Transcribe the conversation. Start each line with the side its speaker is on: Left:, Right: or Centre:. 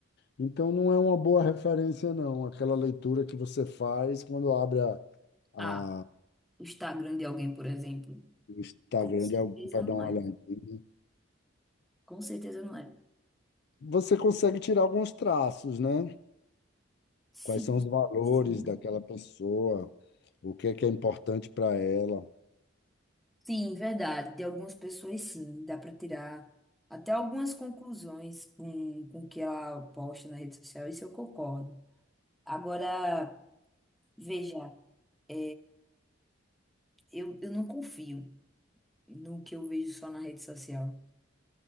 Left: Então, não é uma boa referência, não, aquela leitura que você faz quando abre a, a,
Centre: Ah, o Instagram de alguém, por exemplo.
Left: o Instagram
Centre: Com certeza
Left: de alguém para
Centre: não
Left: dar uma
Centre: é.
Left: olhadinha.
Centre: Com certeza não é.
Left: Você consegue tirar alguns traços, né?
Centre: Sim,
Left: Quais são os valores
Centre: sim.
Left: daquela pessoa? O que é que é importante para ela?
Centre: Sim, verdade. De algumas pessoas, sim. Dá para tirar até algumas conclusões com, com o que ela posta na rede social. Isso eu concordo. Agora. Veja, é, eu, eu não confio no que eu vejo só na rede social,